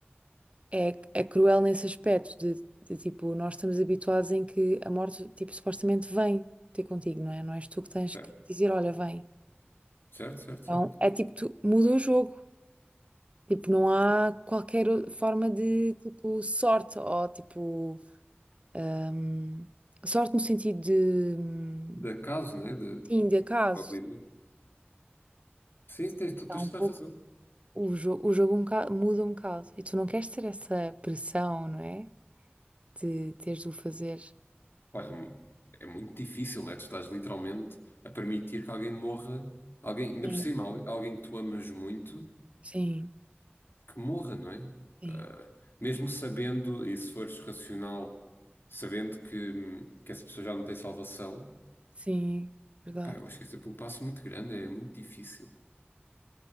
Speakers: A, on the right; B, on the left.
A: é, é cruel nesse aspecto de, de, tipo, nós estamos habituados em que a morte, tipo, supostamente vem ter contigo, não é? Não és tu que tens
B: Certo,
A: que dizer, olha, vem.
B: certo, certo,
A: Então,
B: certo.
A: é tipo, tu muda o jogo. Tipo, não há qualquer o- forma de, tipo, sorte ou, tipo... Ahm, sorte no sentido de, hum,
B: De acaso, né? De
A: sim, de acaso.
B: probabilidade. Sim, tens, tu-
A: Está
B: tens
A: um
B: toda
A: pouco,
B: a razão.
A: o, jo o jogo um bocado- muda um bocado. E tu não queres ter essa pressão, não é? De teres de o fazer.
B: Pá, é, mu- é muito difícil, né? Tu estás literalmente a permitir que alguém morra, alguém, ainda
A: Sim.
B: por cima, al- alguém que tu amas muito.
A: Sim,
B: que morra, não é?
A: sim,
B: Ah, mesmo sabendo, e se fores racional, sabendo que, hum, que essa pessoa já não tem salvação,
A: sim, verdade.
B: pá, eu acho que é sempre um passo muito grande, é muito difícil.